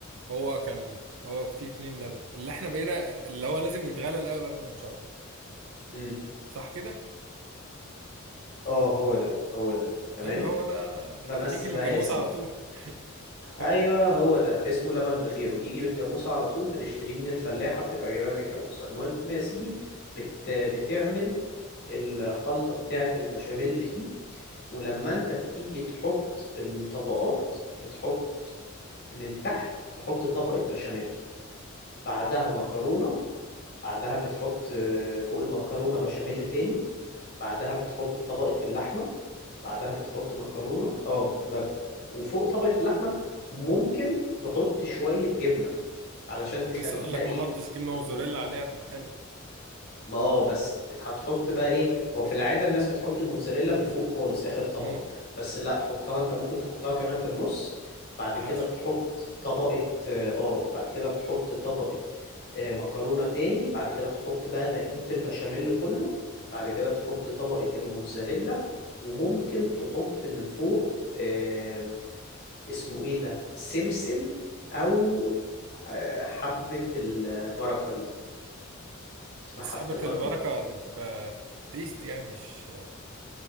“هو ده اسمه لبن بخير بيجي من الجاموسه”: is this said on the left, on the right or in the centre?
Left